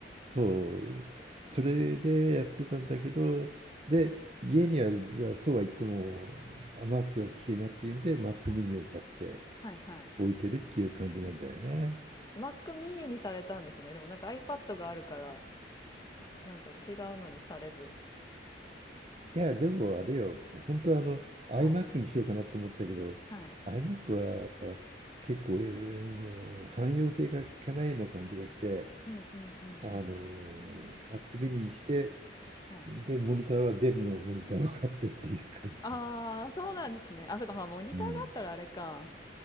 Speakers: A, on the right; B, on the left.
A: そう、それでやってたんだけど、で、家には実はそうは言っても、あ Mac が欲しいなっていうんで、Mac
B: はい。
A: mini を買って
B: はいはい。
A: 置いてるっていう感じなんだよね。
B: Mac mini にされたんですね。でもなんか iPad があるから、なんか違うのにされず。
A: いや、でもあれよ、本当はあの iMac
B: はい。
A: にしようかなと思ったけど、
B: はい。
A: iMac は結構、えーもう汎用性が効かないような感じがして、
B: うんうんうんうん。
A: あの、Mac mini にして、
B: はい。
A: で、モニターはデルのモニターを買ってっていう感じで。
B: ああ、そうなんですね。あ、そっか、まあモニターがあったらあれか。
A: うん